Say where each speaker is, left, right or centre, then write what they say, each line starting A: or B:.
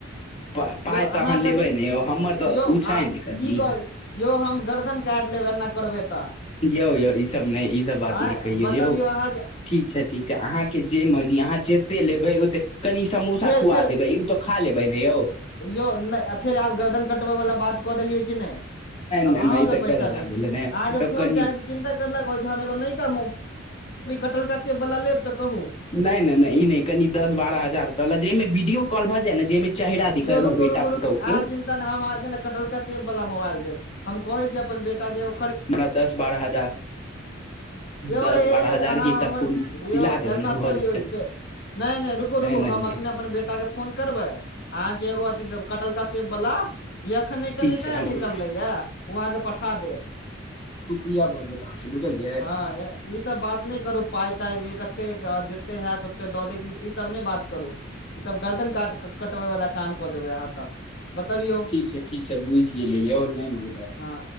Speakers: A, on the left; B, on the left.
A: पाइ
B: यौ
A: तऽ अहाँ
B: कथी
A: लेबै ने यौ हमर तऽ
B: यौ
A: उ छै ने कनि।
B: की कह यौ हम गर्दन काट लेब एना करबै तऽ।
A: यौ यौ ई सब नहि ई सब बात
B: आँय
A: नहि कहियौ
B: बतबियौ
A: यौ।
B: अहाँ
A: ठीक छै ठीक छै अहाँके जे मर्जी अहाँ जे ओते लेबै ओते कनी समोसा
B: फेर
A: खुआ
B: फेर
A: देबै ई तऽ खा लेबै ने यौ।
B: यौ नहि फेर आब गर्दन कटबै वाला बात कऽ देलियै कि नहि आब
A: नहि
B: अहं
A: नहि ई
B: सब
A: तऽ
B: पैसा
A: गलत बात
B: लै
A: भेलै
B: छी
A: ने
B: अहाँके
A: यौ
B: फोन
A: कनि
B: चाही त चिन्ता करला कहै छी हमएगो नइका कटल का सेेए वला लेब तऽ कहू
A: नैय-नैय- नैय इ नैय कनी दस बारह हजार में जाहिमे वीडियो कॉल भऽ जाय ने जाहिमे चेैहरा दिखाई
B: यौ
A: हमर
B: रुकू
A: बेटा
B: रुकू रुकू
A: पुतौह
B: अहाँ
A: के
B: चिन्ता हम आहाँ के न कटलका सेब वला मोबाईल देब हम कहै छी अपन बेटा के ओ
A: हमरा दस बारह हजार
B: यौ
A: दस
B: ए
A: बारह हजार
B: अहाँ
A: के एकटा
B: हमर
A: फोन
B: यौ
A: दिला देबै
B: एना
A: ने भऽ
B: थोड़ी
A: जेतै
B: होई छै। नहि नहि रुकू रुकू
A: नहि
B: हम
A: नहि
B: एखने अपन बेटाके फोन करबै। अहाँके एगो <unintelligible> कटलका सेब बला जे एखन <unintelligible>
A: ठीक
B: नहि
A: छै
B: ना
A: हम
B: निकललै य ओ अहाँके पठा देत।
A: किया भऽ जायत अहाके बुझलियै
B: हँ ई सब बात नैह करू पाय -ताइ जे कतेक जतेऽ हऽत ओते दऽ देब ई सब नैह बात करू ई सब गर्दन काट -कटबेै वाला काम क देबै आहा त बतबियो
A: ठीक छै ठीक छै बुझि गेलियै यौ नहि मंगबै
B: ह